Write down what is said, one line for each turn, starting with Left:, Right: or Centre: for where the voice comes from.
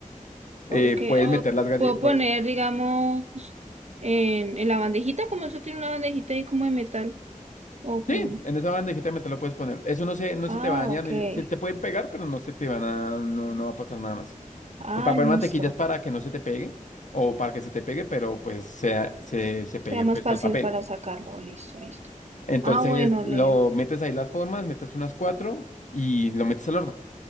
Left: eh,
Right: Ok,
Left: puedes
Right: o
Left: meter las galletas.
Right: puedo poner, digamos, en, en la bandejita, como eso tiene una bandejita ahí como de metal. O
Left: sí,
Right: con.
Left: en esa bandejita de metal lo puedes poner. Eso no se, no se
Right: Ah,
Left: te va a dañar,
Right: ok.
Left: ni- se se te pueden pegar, pero no se te van a, no, no va a pasar nada más.
Right: Ah,
Left: El papel
Right: listo.
Left: mantequilla es para que no se te pegue o para que se te pegue, pero pues sea, se, se pegue
Right: Sea más
Left: pues,
Right: fácil
Left: el papel.
Right: para sacarlo. Listo, listo.
Left: Entonces
Right: Ah, bueno,
Left: lo
Right: Leo.
Left: metes ahí las formas, metes unas cuatro y lo metes al horno,